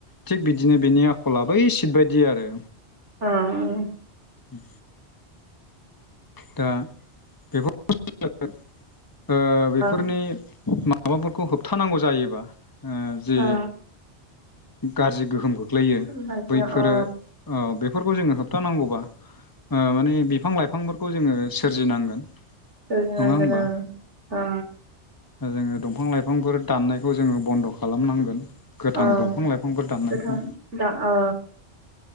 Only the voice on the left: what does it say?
थिग बिदिनो बेनि आखलाबो एसिद बायदि आरो।
उम दा बे <unintelligible> ओ बेफोरनि
मा माबाफोरखौ होबथानांगौ जायोबा ओ जे
गाज्रि गोहोम गोहोमखो खोख्लैयो
बैफोरो
ओ बेफोरखौ जोङो होबथानांगौबा ओ माने बिफां लाइफांफोरखौ खौ जोङो सोरजिनांगोन
नङा होमबा?
जोङो दंफां लाइफांफोर दाननायखौ जोङो बन्द' खालामनांगोन। गोथां
दंफां लाइफांफोर दाननायखौ